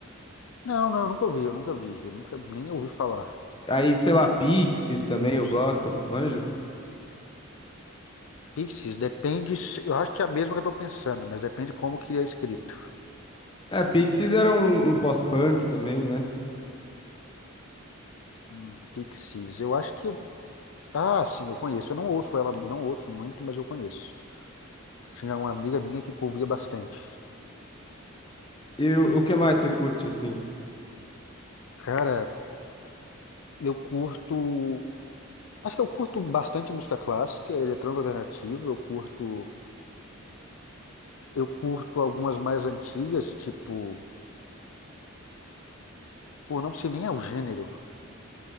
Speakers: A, on the left; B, on the left.
A: Não, não, eu nunca ouvi, eu nunca vi. Eu nunca nem ouvi falar.
B: Aí, sei lá, Pixies
A: Day
B: também
A: Real
B: eu
A: Estate.
B: gosto, manja?
A: Pixies, depende. se- Eu acho que é a mesma que eu tô pensando, mas depende como que é escrito.
B: É, Pixies era um, um pós-punk também, né?
A: Hum, Pixies, eu acho que eu. Ah, sim, eu conheço. Eu não ouço ela, eu não ouço muito, mas eu conheço. Tinha uma amiga minha que ouvia bastante.
B: E o o que mais você curte, assim?
A: Cara, eu curto. Acho que eu curto bastante música clássica, eletrônica alternativa, eu curto, eu curto algumas mais antigas, tipo, pô, não sei nem é o gênero,